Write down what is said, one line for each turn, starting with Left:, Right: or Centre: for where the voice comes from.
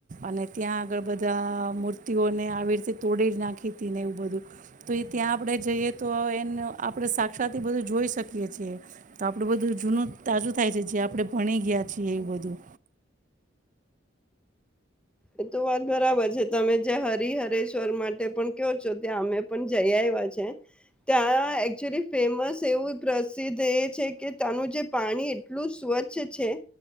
Right: અને ત્યાં આગળ બધા મૂર્તિઓને આવી રીતે તોડી નાખી હતી ને એવું બધું તો એ ત્યાં આપણે જઈએ. તો એને આપણે શ. સાથે થી બધ જોઈ શકીએ છીએ તો આપડું બધું જૂનું તાજું થાય છે જે આપણે ભણી ગયા છીએ એ બધું.
Centre: એ તો વાત બરાબર છે તમે જ્યા હરિહરેશ્વર માટે પણ કહો છો ત્યાં અમે પણ જઈ આવ્યા છે. ત્યાં એકચુલી ફેમસ એવું પ્રસિદ્ધ એ છે કે ત્યાંનું જે પાણી એટલું સ્વચ્છ છે